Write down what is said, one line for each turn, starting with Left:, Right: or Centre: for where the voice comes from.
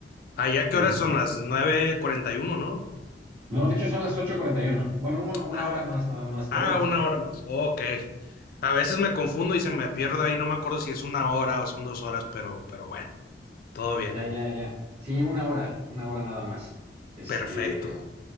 Left: Allá, ¿qué
Right: Sí,
Left: horas
Right: sí, sí.
Left: son? Las nueve cuarenta y uno, ¿no?
Right: No, de hecho son las ocho cuarenta y uno. Bueno, un- una
Left: Ah,
Right: hora más nada más, creo.
Left: ah, una hora más. Ok. A veces me confundo y se me pierdo ahí, no me acuerdo si es una hora o son dos horas, pero, pero bueno, todo bien.
Right: Ya, ya, ya. Sí, una hora, una hora nada más. Este,
Left: Perfecto.